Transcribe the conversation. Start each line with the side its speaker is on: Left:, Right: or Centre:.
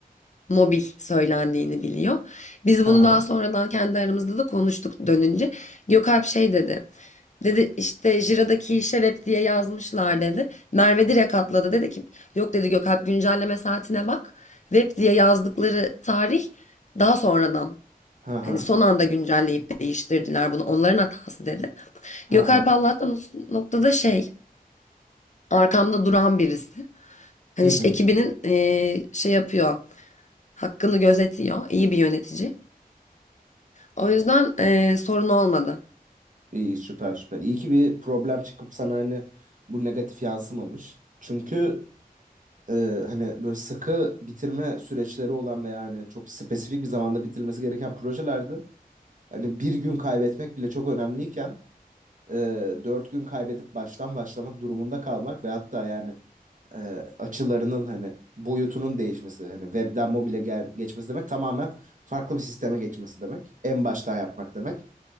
Left: mobil söylendiğini biliyor. Biz
Right: Hı
Left: bunu
Right: hı.
Left: daha sonradan kendi aramızda da konuştuk dönünce. Gökalp şey dedi. Dedi işte Jira'daki işe web diye yazmışlar dedi. Merve direkt atladı dedi ki yok dedi Gökalp güncelleme saatine bak. Web diye yazdıkları tarih daha sonradan
Right: Hı hı.
Left: hani son anda güncelleyip değiştirdiler bunu onların hatası dedi.
Right: Hı
Left: Gökalp
Right: hı.
Left: Allah'tan o noktada şey arkamda duran birisi. Hani
Right: Hı hı.
Left: işte ekibinin eee, şey yapıyor hakkını gözetiyor iyi bir yönetici. O yüzden eee, sorun olmadı.
Right: İyi süper süper. İyi ki bir problem çıkıp sana hani bu negatif yansımamış. Çünkü e, hani böyle sıkı bitirme süreçleri olan ve yani çok spesifik bir zamanda bitirmesi gereken projelerde hani bir gün kaybetmek bile çok önemliyken e, dört gün kaybedip baştan başlamak durumunda kalmak ve hatta yani e, açılarının hani boyutunun değişmesi hani webden mobile gel geçmesi demek tamamen farklı bir sisteme geçmesi demek. En baştan yapmak demek.